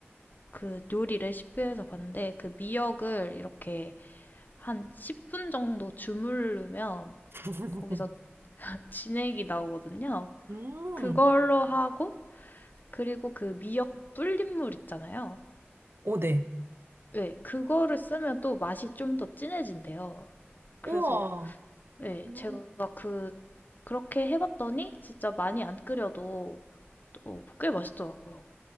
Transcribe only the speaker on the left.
그 요리 레시피에서 봤는데, 그 미역을 이렇게 한 10분 정도 주물르면
거기서 <laughs> 진액이 나오거든요.
그걸로 하고, 그리고 그 미역 불린물 있잖아요.
네, 그거를 쓰면 또 맛이 좀 더 진해진대요. 그래서
네,
제가 그 그렇게 해봤더니 진짜 많이 안 끓여도 어, 꽤 맛있더라고요.